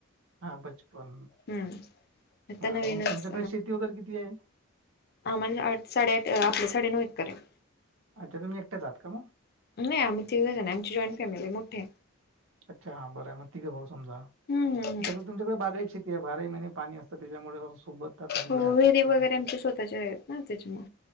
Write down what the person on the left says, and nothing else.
हम्म आता
नवीनच
हा म्ह आठ साडे आठ आपले साडे नऊ एकर आहे
नाही आम्ही तिकडे जा आमची जॉईंट फॅमिली आहे मोठे
हम्म हम्म
हो
विहीर
वगैरे आमच्या स्वतःच्या आहेत ना त्याच्यामु